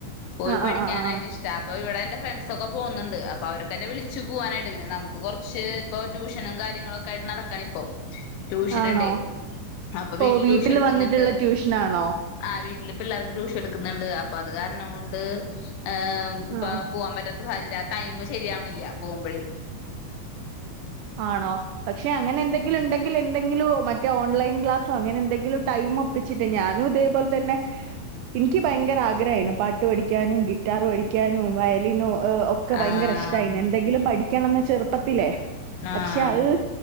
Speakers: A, on the left; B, on the right.
A: പോയി
B: ആഹ്
A: പഠിക്കാനായിട്ട്
B: ആഹ് ആഹ് ആഹ്
A: ഇഷ്ട്ടാ അപ്പൊ ഇവിടെ എന്റെ ഫ്രണ്ട്സ് ഒക്കെ പോന്ന്ണ്ട് അപ്പൊ അവരൊക്കെ വിളിച്ചു പൂവാനായിട്ട് പിന്നെ നമുക്ക് കൊറച്ച് ഇപ്പോ റ്റുഷനും കാര്യങ്ങളൊക്കെ ആയിട്ട് നടക്കാണ് ഇപ്പോ റ്റുഷൻ
B: ആണോ
A: ഇണ്ടെ അപ്പൊ വീട്ടില്
B: ഓ വീട്ടിൽ
A: റ്റുഷൻ എടുക്ക്‌ന്ന്ണ്ട്
B: വന്നിട്ടുള്ള ട്യൂഷനാണോ
A: ആ വീട്ടില് പിള്ളാർക്ക് റ്റുഷ നിക്ക്‌ന്ന്ണ്ട് അപ്പൊ അത് കാരണം കൊണ്ട് ഹ് ഇപ്പ
B: ആഹ്
A: പോവാൻ പറ്റ സുഹാജ് രാ തൈമ് ശരിയാവണില്ല പോവുമ്പഴേ
B: ആണോ പക്ഷെ അങ്ങനെ എന്തെങ്കിലും ഉണ്ടെങ്കിൽ എന്ത മറ്റേ ഓൺലൈൻ ക്ലാസോ അങ്ങനെ എന്തെങ്കിലും ടൈ ഒപ്പിച്ചിട്ട് ഞാനും ഇതേപോലെ തന്നെ എനിക്ക് ഭയങ്കര ആഗ്രഹമായിരുന്നു പാട്ട് പടിക്കാനും ഗിറ്റാർ പടിക്കാനും വയലിനോ ഒ ഒക്കെ
A: ആഹ്
B: ഭയങ്കര ഇഷ്ടമായിന് എന്തെങ്കിലും പഠിക്ക ിക്കണംന്ന് ചെറുപ്പത്തില്ലേ
A: ആഹ്
B: പക്ഷേ അഹ്